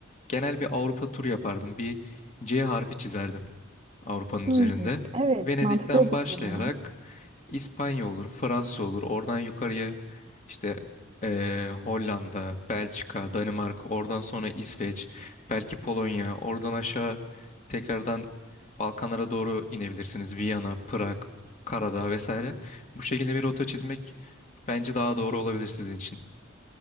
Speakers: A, on the left; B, on the right.
A: Genel bir Avrupa turu yapardım. Bir C harfi çizerdim. Avrupa'nın
B: Hmm,
A: üzerinde.
B: evet,
A: Venedik'ten
B: mantıklı duyuluyor.
A: başlayarak İspanya olur, Fransa olur. Oradan yukarıya işte eee, Hollanda, Belçika, Danimarka, oradan sonra İsveç, belki Polonya, oradan aşağı tekrardan Balkanlara doğru inebilirsiniz. Viyana, Prag, Karadağ vesaire. Bu şekilde bir rota çizmek bence daha doğru olabilir sizin için.